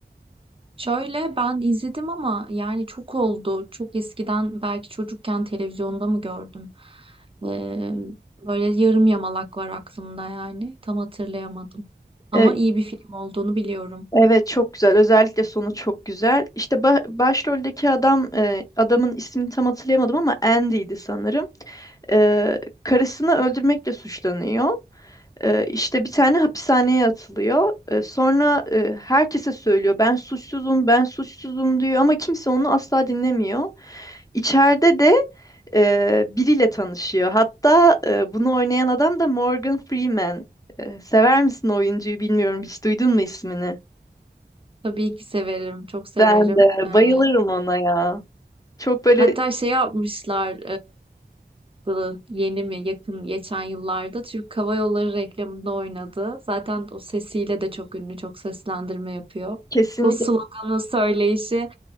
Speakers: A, on the right; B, on the left.
A: Şöyle ben izledim ama yani çok oldu. Çok eskiden belki çocukken televizyonda mı gördüm? Ee, böyle yarım yamalak var aklımda yani. Tam hatırlayamadım. Ama
B: E,
A: iyi bir film olduğunu biliyorum.
B: evet çok güzel. Özellikle sonu çok güzel. İşte ba- başroldeki adam, e, adamın ismini tam hatırlayamadım ama Andy'ydi sanırım. Ee, karısını öldürmekle suçlanıyor. Ee, işte bir tane hapishaneye atılıyor. Ee, sonra e, herkese söylüyor ben suçsuzum, ben suçsuzum diyor ama kimse onu asla dinlemiyor. İçeride de e, biriyle tanışıyor. Hatta e, bunu oynayan adam da Morgan Freeman. E, sever misin o oyuncuyu bilmiyorum. Hiç duydun mu ismini?
A: Tabii ki severim. Çok severim.
B: Ben de
A: Ee,
B: bayılırım ona ya. Çok böyle
A: hatta şey yapmışlar. Yılı yeni mi yakın geçen yıllarda Türk Hava Yolları reklamında oynadı. Zaten o sesiyle de çok ünlü, çok seslendirme yapıyor.
B: kesinlikle
A: O sloganı söyleyişi